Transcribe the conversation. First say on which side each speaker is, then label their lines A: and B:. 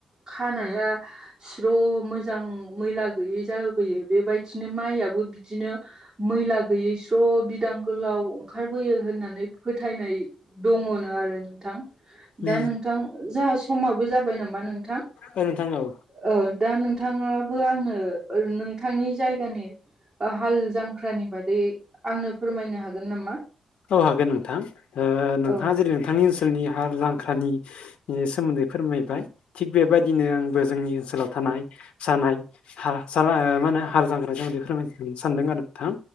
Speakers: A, on the right (about 30°); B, on the left (about 70°).
A: खानाया स्र' मोजां मैला गैयै जाबोयो बेबायदिनो माइयाबो बिदिनो मैला गैयै स्र' बिदां गोलाव ओंखारबोयो होननानै फोथायनाय दङनो आरो नोंथां
B: उम
A: दा नोंथां जा समाबो जाबाय नामा नोंथां
B: ओ नोंथां औ
A: औ दा नोंथाङाबो आंनो नोंथांनि जायगानि हाल जांख्रानि बादै आंनो फोरमायनो हागोन नामा
B: औ हागोन नोंथां नोंथाङा
A: औ
B: जेरै नोंथांनि ओनसोलनि हाल जांख्रानि सोमोन्दै फोरमायबाय थिग बेबायदिनो आंबो जोंनि ओनसोलाव थानाय जानाय हार जाग्रा मा होनो जांख्राजों बेफोरबादि फोरमायनो सानदों आरो नोंथां